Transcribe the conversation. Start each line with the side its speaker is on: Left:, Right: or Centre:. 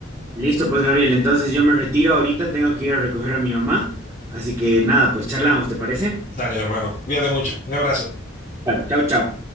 Right: Listo, pues Gabriel, entonces yo me retiro ahorita, tengo que ir a recoger a mi mamá, así que nada, pues charlamos, ¿te parece?
Left: Dale, hermano, cuídate mucho, un abrazo.
Right: Chao, chao.